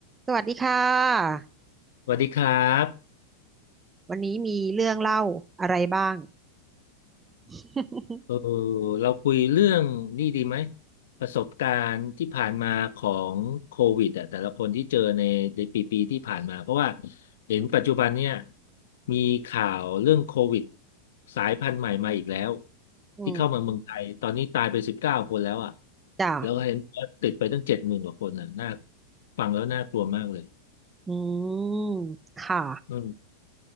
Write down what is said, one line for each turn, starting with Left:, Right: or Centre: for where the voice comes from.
Right: สวัสดีค่ะ
Left: สวัสดีครับ
Right: วันนี้มีเรื่องเล่าอะไรบ้าง <laughs>
Left: เออเราคุยเรื่องนี่ดีไหมประสบการณ์ที่ผ่านมาของโควิดอ่ะแต่ละคนที่เจอในในปีปีที่ผ่านมาเพราะว่าเห็นปัจจุบันเนี่ยมีข่าวเรื่องโควิดสายพันธุ์ใหม่มาอีกแล้ว
Right: อืม
Left: ที่เข้ามาเมืองไทยตอนนี้ตายไปสิบเก้าคนแล้วอ่ะ
Right: จ้ะ
Left: แล้วก็เห็นว่าติดไปตั้งเจ็ดหมื่นกว่าคนอ่ะน่าฟังแล้วน่ากลัวมากเลย
Right: อืม ค่ะ
Left: อืม